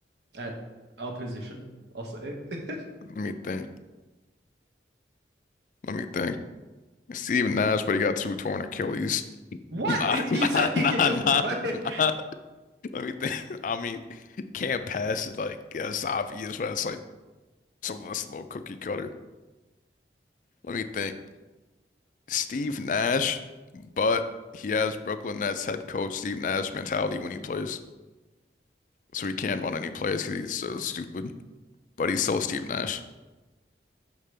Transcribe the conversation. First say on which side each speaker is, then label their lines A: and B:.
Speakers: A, on the right; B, on the left.
A: at our position. I'll say. <laughs>
B: Let me think. Let me think. Steve Nash, but he got two torn Achilles.
A: What
B: Nah,
A: you
B: <laughs> nah,
A: said? You
B: nah,
A: gave
B: nah,
A: what?
B: nah. Let me think. I mean, can't pass it. Like that's obvious, but it's like so that's a little cookie cutter. Let me think. Steve Nash, but he has Brooklyn Nets head coach Steve Nash mentality when he plays, so he can't run any plays because he's so stupid. But he's still Steve Nash,